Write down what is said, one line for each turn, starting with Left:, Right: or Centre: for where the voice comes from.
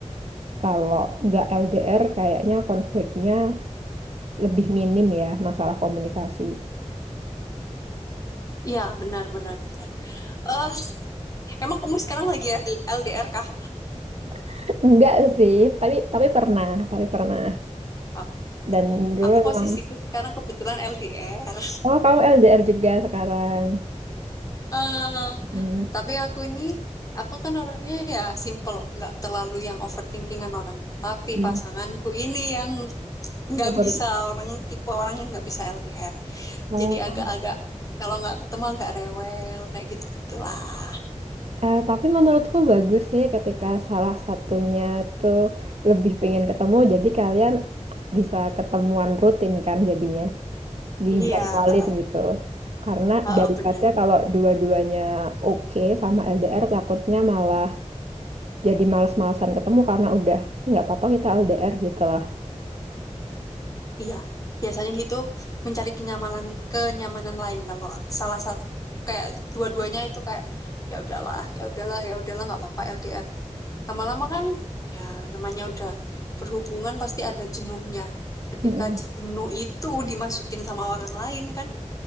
Right: kalau nggak LDR kayaknya konfliknya lebih minim ya masalah komunikasi.
Left: Iya, benar, benar, benar. Eh, emang kamu sekarang lagi LDR kah?
Right: <laughs> Enggak sih, tapi tapi pernah, tapi pernah.
Left: Ah,
Right: Dan dulu
Left: aku posisiku
Right: memang,
Left: sekarang kebetulan LDR.
Right: oh kamu LDR juga sekarang.
Left: <laughs>
Right: Hmm,
Left: Tapi aku ini, aku kan orangnya ya simple, nggak terlalu yang overthinkingan orangnya. Tapi
Right: hmm.
Left: pasanganku ini yang nggak
Right: Aku baru-
Left: bisa orang tipe orang yang nggak bisa LDR.
Right: oh.
Left: Jadi agak-agak kalau nggak ketemu agak rewel kayak gitu-gitulah.
Right: Eh, tapi menurutku bagus sih ketika salah satunya tuh lebih pengen ketemu, jadi kalian bisa ketemuan rutin kan jadinya, dijadwalin
Left: Iya, heeh,
Right: gitu. Karena
Left: heeh,
Right: daripada
Left: benar.
Right: kalau dua-duanya oke sama LDR takutnya malah jadi males-malesan ketemu karena udah "Ih, nggak apa-apa kita LDR gitu lah.
Left: Iya, biasanya gitu mencari kenyamanan kenyamanan lain kalau salah satu kayak dua-duanya itu kayak ya udahlah, ya udahlah, ya udahlah nggak apa-apa LDR. Lama-lama kan ya namanya udah berhubungan pasti ada jenuhnya. Ketika
Right: Mm-mm.
Left: jenuh itu dimasukin sama orang lain kan,